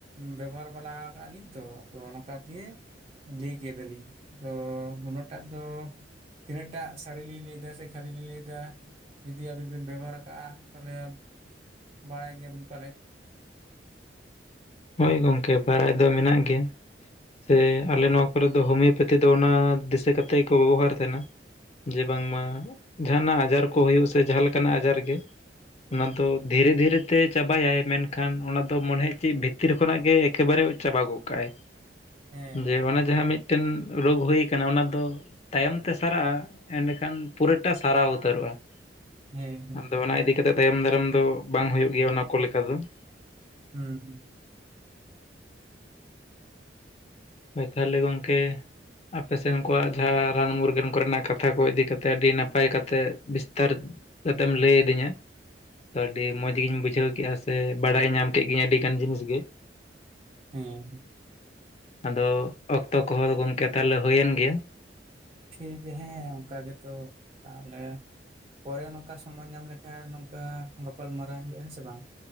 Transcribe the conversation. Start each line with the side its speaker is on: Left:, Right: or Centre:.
Right: ᱵᱮᱵᱚᱦᱟᱨ ᱵᱟᱞᱟ ᱠᱟᱜ-ᱟ ᱞᱤᱧ ᱛᱚ ᱟᱫᱚ ᱚᱱᱠᱟ ᱜᱮ ᱞᱟᱹᱭ ᱠᱮᱫᱟᱞᱤᱧ ᱟᱫᱚ ᱩᱱᱟᱹᱜ ᱴᱟᱜ ᱫᱚ ᱛᱤᱱᱟᱹᱜᱴᱟᱜ ᱥᱟᱹᱨᱤ ᱞᱤᱧ ᱞᱟᱹᱭ ᱮᱫᱟ, ᱥᱮ ᱠᱷᱟᱹᱞᱤ ᱞᱤᱧ ᱞᱟᱹᱭ ᱮᱫᱟ ᱾ ᱡᱩᱫᱤ ᱟᱵᱤᱱ ᱵᱤᱱ ᱵᱮᱵᱚᱦᱟᱨ ᱠᱟᱜ-ᱟ ᱛᱟᱦᱚᱞᱮ ᱵᱟᱲᱟᱭ ᱜᱮᱭᱟᱵᱤᱱ ᱯᱟᱞᱮᱫ ᱾ <inaudible>
Left: ᱦᱳᱭ ᱜᱚᱝᱠᱮ ᱵᱟᱲᱟᱭ ᱫᱚ ᱢᱮᱱᱟᱜ ᱜᱮᱭᱟ ᱾ ᱥᱮ ᱟᱞᱮ ᱱᱚᱣᱟ ᱠᱚᱨᱮ ᱫᱚ ᱦᱳᱢᱤᱭᱳᱯᱮᱛᱷᱤ ᱫᱚ ᱚᱱᱟ ᱫᱤᱥᱟᱹ ᱠᱟᱛᱮ ᱜᱮ ᱠᱚ ᱵᱮᱵᱚᱦᱟᱨ ᱛᱟᱦᱮᱱᱟ ᱾ ᱡᱮ ᱵᱟᱝᱢᱟ ᱡᱟᱦᱟᱱᱟᱜ ᱟᱡᱟᱨ ᱠᱚ ᱦᱩᱭᱩᱜ ᱥᱮ ᱡᱟᱦᱟᱸ ᱞᱮᱠᱟᱱᱟᱜ ᱟᱡᱟᱨ ᱜᱮ
Right: ᱦᱩᱸ
Left: ᱚᱱᱟ ᱫᱚ ᱫᱷᱤᱨᱮ ᱫᱷᱤᱨᱮᱛᱮ ᱪᱟᱵᱟᱭᱟᱭ ᱢᱮᱱᱠᱷᱟᱱ ᱚᱱᱟ ᱫᱚ ᱢᱚᱱᱮᱦᱚᱭ ᱪᱮᱫ ᱵᱷᱤᱛ ᱛᱤᱨ ᱠᱷᱚᱱᱟᱜ ᱜᱮ ᱮᱠᱮᱵᱟᱨᱮ ᱪᱟᱵᱟ ᱜᱚᱫ ᱠᱟᱜ-ᱟᱭ
Right: ᱦᱮᱸ ᱦᱮᱸ
Left: ᱡᱮ ᱚᱱᱟ
Right: ᱦᱮᱸ
Left: ᱡᱟᱦᱟᱸ
Right: ᱦᱮᱸ
Left: ᱢᱤᱫᱴᱮᱱ ᱨᱳᱜᱽ ᱦᱩᱭ ᱟᱠᱟᱱᱟ ᱚᱱᱟ ᱫᱚ ᱛᱟᱭᱚᱢᱛᱮ ᱥᱟᱨᱟᱜ-ᱟ ᱮᱸᱰᱮᱠᱷᱟᱱ ᱯᱩᱨᱟᱹᱴᱟᱜ ᱥᱟᱨᱟᱣ ᱩᱛᱟᱹᱨᱚᱜ-ᱟ ᱾
Right: ᱦᱮᱸ ᱦᱮᱸ ᱦᱩᱸ
Left: ᱟᱫᱚ ᱚᱱᱟ ᱤᱫᱤ ᱠᱟᱛᱮ ᱛᱟᱭᱚᱢ ᱫᱟᱨᱟᱢ ᱫᱚ ᱵᱟᱝ ᱦᱩᱭᱩᱜ ᱜᱮᱭᱟ ᱚᱱᱟ ᱠᱚ ᱞᱮᱠᱟ ᱫᱚ ᱾
Right: ᱦᱮᱸ ᱦᱩᱸ ᱾
Left: ᱦᱚᱭ ᱛᱟᱦᱚᱞᱮ ᱜᱚᱝᱠᱮ ᱟᱯᱮ ᱥᱮᱱ ᱠᱚᱣᱟᱜ ᱡᱟᱦᱟᱸ ᱨᱟᱱ ᱢᱩᱨᱜᱟᱹᱱ ᱠᱚᱨᱮᱱᱟᱜ ᱠᱟᱛᱷᱟ ᱠᱚ ᱤᱫᱤ ᱠᱟᱛᱮ ᱟᱹᱰᱤ ᱱᱟᱯᱟᱭ ᱠᱟᱛᱮ ᱵᱤᱥᱛᱟᱨ ᱠᱟᱛᱮᱢ ᱞᱟᱹᱭ ᱟᱹᱫᱤᱧᱟ᱾ ᱟᱹᱰᱤ ᱢᱚᱡᱽ ᱜᱤᱧ ᱵᱩᱡᱷᱟᱹᱣ ᱠᱮᱫ-ᱟ ᱥᱮ ᱵᱟᱲᱟᱭ ᱧᱟᱢ ᱠᱮᱫ ᱜᱤᱧ ᱟᱹᱰᱤ ᱜᱟᱱ ᱡᱤᱱᱤᱥ ᱜᱮ᱾
Right: ᱦᱮᱸ ᱾
Left: ᱟᱫᱚ ᱚᱠᱛᱚ ᱠᱚᱦᱚᱸ ᱜᱚᱝᱠᱮ ᱛᱟᱦᱚᱞᱮ ᱦᱩᱭᱮᱱ ᱜᱮᱭᱟ᱾
Right: ᱴᱷᱤᱠ ᱜᱮᱭᱟ ᱦᱮᱸ ᱚᱱᱠᱟ ᱜᱮᱛᱚ ᱛᱟᱦᱚᱞᱮ᱾ ᱯᱚᱨᱮ ᱱᱚᱝᱠᱟ ᱥᱚᱢᱚᱭ ᱧᱟᱢ ᱞᱮᱠᱷᱟᱱ ᱱᱚᱝᱠᱟ ᱜᱟᱯᱟᱞᱢᱟᱨᱟᱣ ᱦᱩᱭᱩᱜ-ᱟ ᱦᱮᱸ ᱥᱮ ᱵᱟᱝ᱾